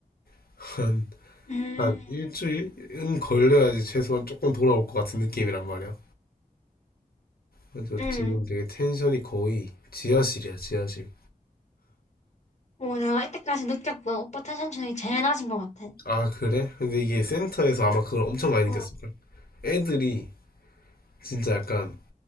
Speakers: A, on the left; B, on the left.
A: <laughs> 한,
B: 음,
A: 한 일주일은 걸려야지 최소한 조금 돌아올 것 같은 느낌이란 말이야. 그래서
B: 응.
A: 지금 되게 텐션이 거의 지하실이야 지하실.
B: 어, 내가 이때까지 느꼈던 오빠 텐션 중에 제일 낮은 것 같아.
A: 아, 그래? 근데 이게 센터에서 아마 그걸 엄청 많이 느꼈을걸.
B: 어,
A: 애들이 진짜 약간